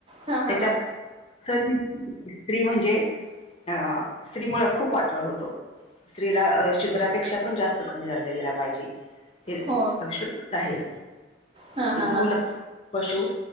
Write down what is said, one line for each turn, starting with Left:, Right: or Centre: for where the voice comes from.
Right: हा हा
Left: त्याच्यात
Right: हा
Left: स स्त्री म्हणजे अ स्त्री मुळे खूप वाटळ होतो. स्त्रीला शुद्रापेक्षा पण जास्त कमी दर्जा दिला पाहिजे ते्ल
Right: हो
Left: आहे
Right: हा हा
Left: की ढोल
Right: हा हा
Left: पशु